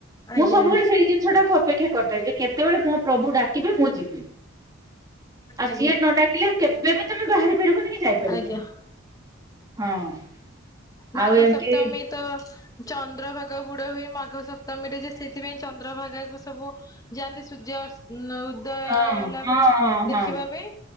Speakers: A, on the left (about 20°); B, on the right (about 20°).
A: ଆଜ୍ଞା
B: ମୁଁ ସବୁବେଳେ ସେଇ ଜିନିଷଟା କୁ ଅ ଅପେକ୍ଷା କରିଥାଏ। ଯେ କେତେବେଳେ ମୋ ପ୍ରଭୁ ଡାକିବେ ମୁଁ ଯିବି ଆ
A: ଆଜ୍ଞା
B: ସିଏ ନ ଡାକିଲେ। କେବେ ବି ତମେ ବାହାରି ପାରିବନି କି ଯାଇପାରିବନି।
A: ଆଜ୍ଞା।
B: ହଁ
A: ମାଘ
B: ଆଉ ଏମିତି
A: ସପ୍ତମୀ ତ ଚନ୍ଦ୍ରଭାଗା ବୁଡ ହୁଏ। ମାଘ ସପ୍ତମୀରେ ଯେ ସେଥିପାଇଁ ଚନ୍ଦ୍ରଭାଗା କ ସବୁ ଯାଆନ୍ତି ସୂର୍ଯ୍ୟ ଉଦୟ
B: ହଁ
A: ହେଲା
B: ହଁ
A: ବେଳେ
B: ହଁ ହଁ
A: ଦେଖିବା ପାଇଁ